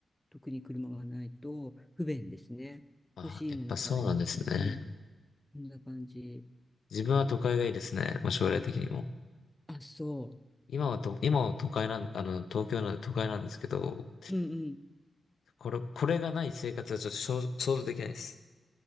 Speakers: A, in the centre; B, on the left (about 75°).
A: 特に車がないと不便ですね。
B: あ、
A: 欲しいもの買いに行くの。
B: やっぱそうなんですね。
A: うん、こんな感じ。
B: 自分は都会がいいですね。まあ、将来的にも。
A: あ、そ
B: 今はと、今は都会なん、あの、東京なんで都会なんですけど、
A: う。うん
B: これ、これがない生活はちょっと想想像できないです。